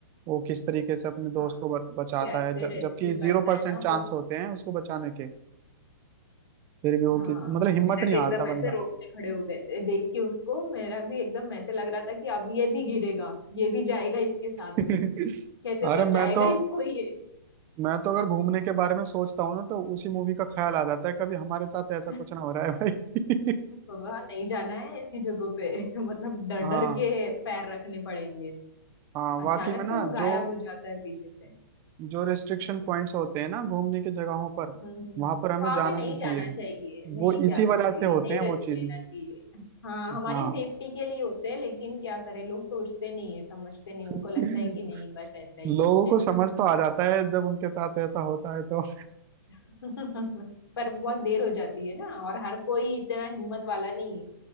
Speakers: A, on the right; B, on the left.
A: वो किस तरीके से अपने दोस्त
B: हाँ
A: को ब- बचाता
B: कैसे
A: है ज-
B: रेस्क्यू
A: जबकि जीरो
B: करता
A: परसेंट
B: है ना
A: चांस
B: वो
A: होते हैं उसको बचाने के फिर भी वो
B: हाँ
A: किस मतलब हिम्मत
B: मेरा
A: नहीं
B: भी
A: हारता
B: एकदम
A: बंदा
B: ऐसे रोंगटे खड़े हो गए थे देख के उसको मेरा भी एकदम ऐसे लग रहा था कि अब ये भी गिरेगा ये भी जाएगा इसके साथ
A: <laughs>
B: में कैसे
A: अरे
B: बचाएगा
A: मैं तो
B: इसको ये
A: मैं तो अगर घूमने के बारे में सोचता हूँ ना तो उसी मूवी का ख्याल आ जाता है कभी हमारे साथ ऐसा
B: <laughs>
A: कुछ ना हो रहा है भाई
B: बाबा नहीं जाना है ऐसी जगहों पे <laughs> मतलब डर
A: <laughs> हाँ
B: डर के पैर रखने पड़ेंगे
A: हाँ वाकई
B: अचानक
A: में ना
B: से वो गायब
A: जो
B: हो जाता है पीछे से
A: जो रेस्ट्रिक्शन पॉइंट्स होते हैं ना घूमने की जगहों पर
B: हम्म
A: वहां पर हमें
B: वहां
A: जाना
B: पे नहीं
A: नहीं
B: जाना
A: चाहिए
B: चाहिए नहीं
A: वो
B: जाना
A: इसी वजह
B: चाहिए
A: से होते
B: नहीं
A: हैं
B: रिस्क
A: वो चीजें
B: लेना चाहिए हाँ हमारी
A: हाँ
B: सेफ्टी के लिए होते हैं लेकिन क्या करें लोग सोचते नहीं है समझते नहीं उनको
A: <laughs>
B: लगता है कि नहीं
A: लोगों
B: बस ऐसा ही है
A: को समझ तो आ जाता है जब उनके साथ ऐसा होता है तो <laughs>
B: <laughs> पर बहुत देर हो जाती है ना और हर कोई इतना हिम्मत वाला नहीं है